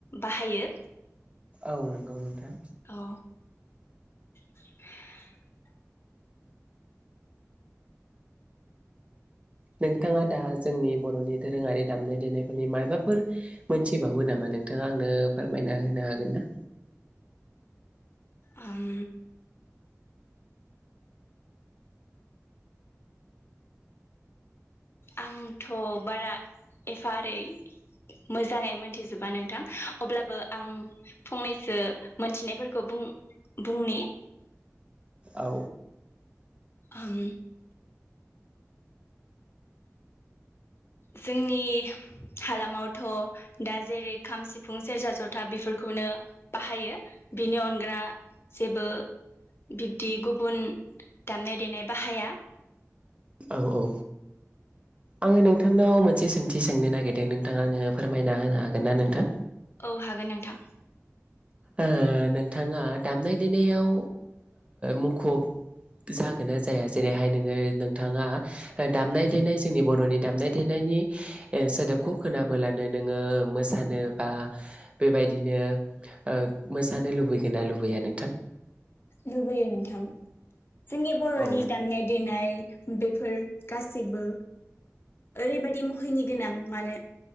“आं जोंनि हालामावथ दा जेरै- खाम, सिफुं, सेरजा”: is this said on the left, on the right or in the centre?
Left